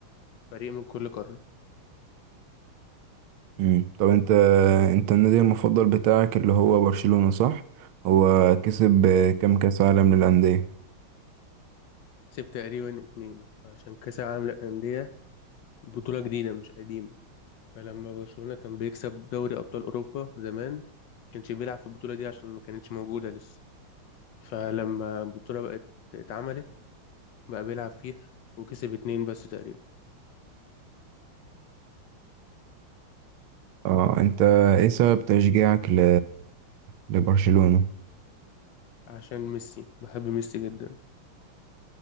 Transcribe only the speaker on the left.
فريق من كل قارة
كسب تقريبا اتنين عشان كأس العالم للأندية بطولة جديدة مش قديمة فلما برشلونة كان بيكسب دوري أبطال أوروبا زمان كانش بيلعب في البطولة دي عشان ما كانتش موجودة لسه فلما البطولة بقت اتعملت بقى بيلعب فيها وكسب اتنين بس تقريبا
عشان ميسي بحب ميسي جدا